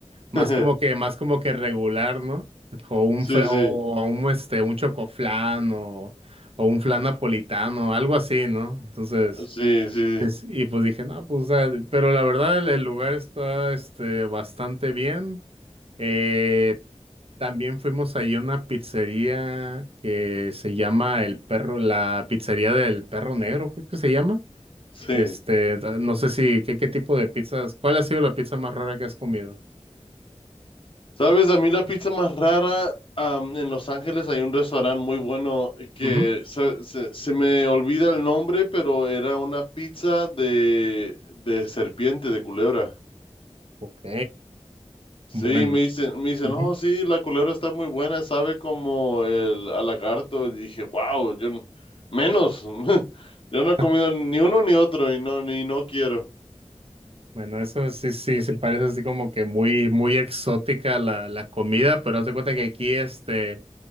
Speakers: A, on the right; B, on the left.
A: Más
B: <laughs>
A: como que, más como que regular, ¿no? O un
B: Sí,
A: fra-
B: sí,
A: o un este, un chocoflán o, o un flan napolitano, algo así, ¿no? Entonces,
B: sí, sí,
A: es- y pues dije, no, pues, o sea, pero la verdad el, el lugar está este bastante bien. Eh, también fuimos ahí a una pizzería que se llama El Perro, la pizzería del Perro Negro, creo que se llama.
B: sí.
A: Este, da- no sé si, ¿qué, qué tipo de pizzas? ¿Cuál ha sido la pizza más rara que has comido?
B: ¿Sabes? A mí la pizza más rara, am, en Los Ángeles hay un restaurante muy bueno que
A: Ujú.
B: se, se- se me olvida el nombre, pero era una pizza de, de serpiente, de culebra.
A: Ok.
B: Sí,
A: Bueno,
B: me dicen, me dicen,
A: ujú.
B: oh, sí, la culebra está muy buena, sabe como el al lagarto. Y dije, wow, yo no- menos. <laughs> Yo
A: <laughs>
B: no he comido ni uno ni otro y no, ni no quiero.
A: Bueno, eso sí, sí, se parece así como que muy, muy exótica la, la comida, pero haz de cuenta que aquí, este,